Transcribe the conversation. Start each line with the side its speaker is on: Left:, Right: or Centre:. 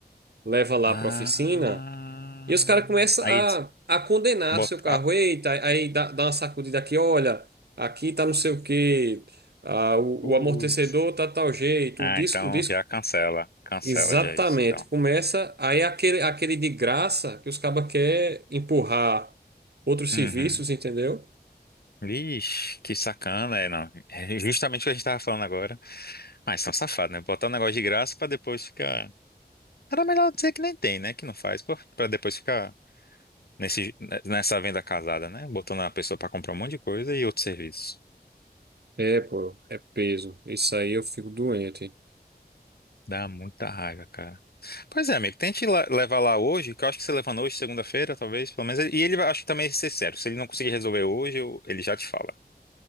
Right: leva lá
Left: Ah,
Right: pra oficina. E os caras começam
Left: aí
Right: a,
Left: eles
Right: a condenar
Left: botam...
Right: seu carro.
Left: Ah,
Right: Eita, aí dá, dá uma sacudida aqui, olha, aqui tá não sei o quê, ah, o,
Left: putz.
Right: o amortecedor tá tal jeito,
Left: Ah,
Right: o disco,
Left: então
Right: o disco.
Left: já cancela, cancela
Right: Exatamente.
Left: já isso, então.
Right: Começa aí aquele, aquele de graça que os cabas quer empurrar outros
Left: Uhum.
Right: serviços, entendeu?
Left: Ixi, que sacana, é, não. É justamente o que a gente tava falando agora. Mas são safados, né? Botar um negócio de graça pra depois ficar. Era melhor dizer que nem tem, né? Que não faz, pô, pra depois ficar nesse, nessa venda casada, né? Botando a pessoa pra comprar um monte de coisa e outro serviço.
Right: É, pô, é peso. Isso aí eu fico doente.
Left: Dá muita raiva, cara. Pois é, amigo, tente la- levar lá hoje, que eu acho que você levando hoje, segunda-feira, talvez, pelo menos. E ele vai- acho que também ser sério. Se ele não conseguir resolver hoje, eu- ele já te fala.